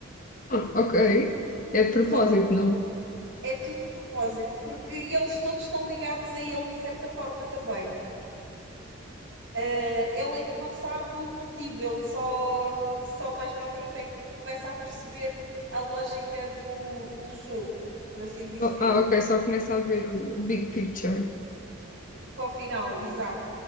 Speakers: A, on the left; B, on the right.
A: Ah, ok. É de propósito,
B: e só para tu
A: não?
B: é tudo de propósito, porque eles todos estão ligados a ele de certa forma também. Eh, ele é que não sabe o motivo, ele só, só mais para a frente é que começa a perceber a lógica do, do jogo, por assim dizer,
A: Só- ah, ok, só começa a ver o big picture.
B: para o final, exato.